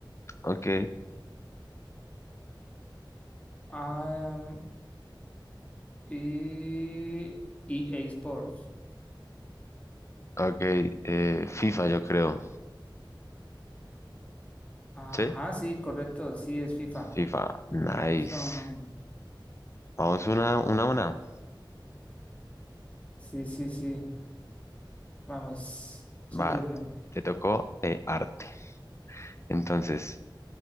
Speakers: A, on the left; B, on the left.
A: Ok,
B: am, y EA Sports.
A: ok. eh, FIFA, yo creo.
B: Ajá,
A: ¿Sí?
B: sí, correcto, sí, es FIFA.
A: FIFA, nice.
B: Eso,
A: Vamos una, una, a una.
B: Sí, sí, sí. Vamos, su
A: Va,
B: turno.
A: te tocó eh, arte. Entonces,